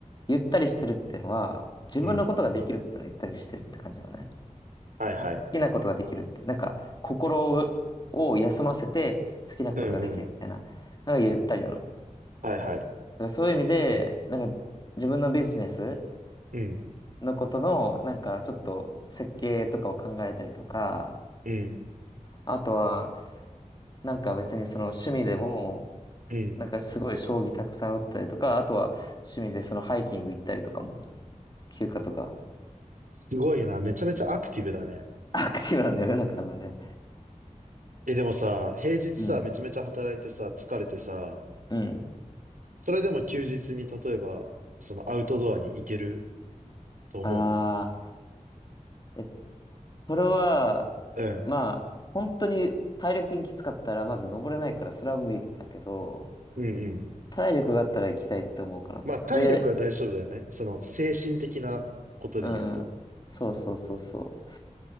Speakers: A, on the left; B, on the right.
A: ゆったりしてるっていうのは、自分のことができるっていうのはゆったりしてるって感じなのね。
B: うん。
A: 好
B: はいはい。
A: きなことができるって、なんか、心を休ませて好きなことができるみたいな、
B: うんうん。
A: なんかゆったりなの。だか
B: はいはい。
A: らそういう意味で、なんか、自分のビジネス
B: うん。
A: のことの、なんか、ちょっと設計とかを考えたりとか、
B: うん。
A: あとは、なんか別にその趣味でも、
B: うん。
A: なんかすごい将棋たくさん打ったりとか、あとは趣味でそのハイキング行ったりとかも、休暇とか。
B: すごいな。めちゃめちゃアクティブだね。
A: <laughs> アクティブなんだよね、なんか多分ね。
B: え、でもさ、平日さ、
A: うん。
B: めちゃめちゃ働いてさ、疲れてさ、
A: うん。
B: それでも休日に例えば、そのアウトドアに行けると思う。
A: ああ、え、それは、
B: うん。
A: まあ、本当に体力的にきつかったら、まず登れないから、それは無理だけど、
B: うんうん。
A: 体力があったら行きたいって思うかな。
B: まあ、体力は大丈夫だよね。
A: で、
B: その、精神的なことで言うと。
A: うんうん。そうそうそうそう。